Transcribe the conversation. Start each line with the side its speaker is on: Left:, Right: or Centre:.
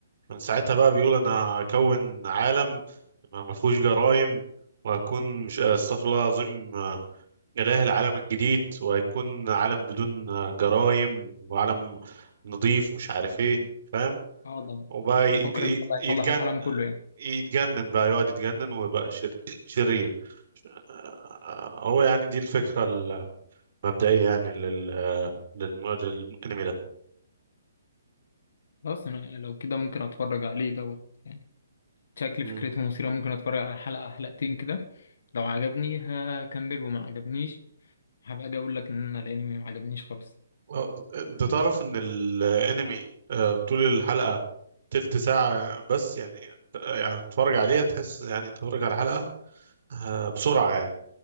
Right: من ساعتها بقى بيقول انا هكون عالم ما ما فيهوش جرائم وهكون مش استغفر الله العظيم آه، إله العالم الجديد وهيكون عالم بدون آه، جرائم وعالم نظيف مش عارف ايه فاهم
Left: اه ده
Right: وبقى
Left: بفكر
Right: يد- يد-
Left: ان الله
Right: يتجن
Left: يصلح العالم كله يعني
Right: يتجنن بقى يقعد يتجنن ويبقى شرير شرير آه، هو يعني دي الفكرة المبدئية يعني لل... للم... للأنمي
Left: خلاص أنا لو كده ممكن اتفرج عليه دوت يعني. شكل
Right: ده
Left: فكرته مثيرة ممكن اتفرج على حلقة حلقتين كده لو عجبني هكمل وما عجبنيش هبقى اجي اقول لك ان انا الانمي ما عجبنيش خالص
Right: آه، انت تعرف ان الانمي آه، طول الحلقة تلت ساعة بس يعني يعني تتفرج عليها تحس يعني تتفرج على الحلقة آه، بسرعة يعني